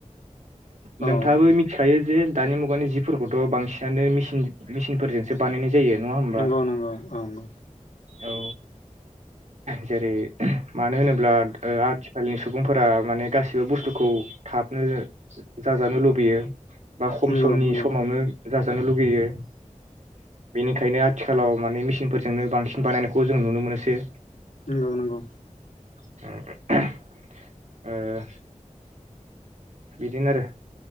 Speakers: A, on the left; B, on the right.
A: औ
B: नोंथाङाबो
A: औ
B: मिथिखायो जे दानि मुगानि जिफोरखौथ' बांसिनानो मेसिन मेसिनफोरजोंसो बानायनाय जायो नङा होमबा
A: नंगौ नंगौ औ नंगौ।
B: औ जेरै मानो होनो ब्ला ओ आथि खालनि सुबुंफोरा माने गासिबो बुस्थुखौ थाबनो जाजानो लुबैयो बा खम
A: नंगौ
B: समनि
A: नंगौ
B: समावनो जाजानो लुुबैयो। बेनिखायनो आथिखालाव माने मेसिनफोरजोंनो बांसिन बानायनायखौ जों नुनो मोनोसै
A: नंगौ नंगौ
B: <unintelligible> ओ बिदिनो आरो